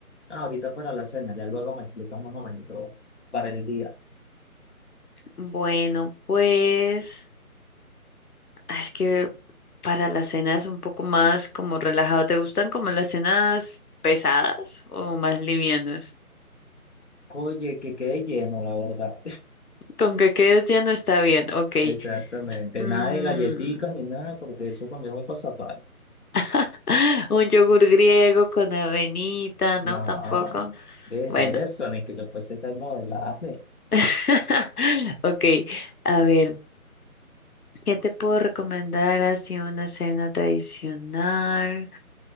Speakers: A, on the left; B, on the left.
A: Ah, ahorita para la cena, ya luego me explicas más o menos todo para el día.
B: Bueno, pues ah, es que para las cenas un poco más como relajado. ¿Te gustan como las cenas pesadas o más livianas?
A: Oye, que quede lleno, la verdad.
B: Con que quedes lleno está bien,
A: <laughs>
B: ok.
A: Exactamente.
B: Mm,
A: Nada de galletitas ni nada, porque eso para mí es muy pasapal.
B: <laughs> un yogur griego con avenita, ¿no?
A: No,
B: Tampoco.
A: ¿qué es
B: Bueno,
A: eso? Ni que yo fuese tan modelaje.
B: <laughs> ok. A ver. ¿Qué te puedo recomendar así una cena tradicional?